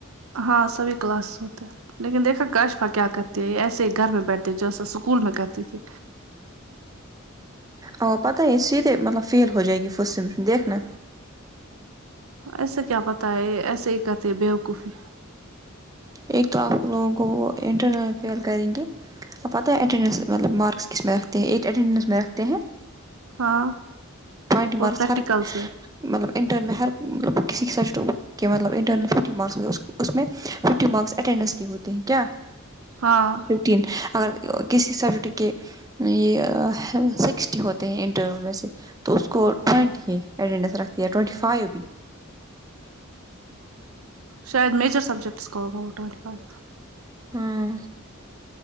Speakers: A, on the right; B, on the right.
A: ہاں سبھی کلاس ہوتے ہیں لیکن دیکھا کاشفا کیا کرتی ہے یہ ایسے ہی گھر میں بیٹھے جو ایسا اسکول میں کرتی تھی
B: او پتہ ہے سیدھے مطلب فیل ہو جائے گی فرسٹ سمیشن دیکھنا
A: ایسے کیا پتا ہے ایسے ہی کرتے ہے بوقوفی
B: ایک تو آپ لوگوں کو وہ انٹرنیٹ میں پیل کریں گے آ پتا ہیں ایٹینڈس مطلب مارکس میں رکھتے ہیں ایٹ ایٹینڈینس میں رکھتے ہیں
A: ہاں
B: پوائنٹ
A: اور
B: مارکس
A: پریکٹیکلس
B: ہر
A: میں
B: مطلب انٹر میں ہر مطلب کسی سبجیکٹ کہ مطلب انٹرنل ففٹی مارکس اس میں ففٹی مارکس اٹینڈنس کے ہوتے ہیں کیا
A: ہاں
B: ر اگر کسی سبجیکٹ کے یہ سکسٹی ہوتے ہیں انٹر میں سے تو اس کو ٹوئنٹی اٹینڈینس رکھتی ہے ٹوئینٹی فائیو بھی
A: شاید میجر سبجیکٹس کا گا ٹوینٹی فائیو
B: ہاں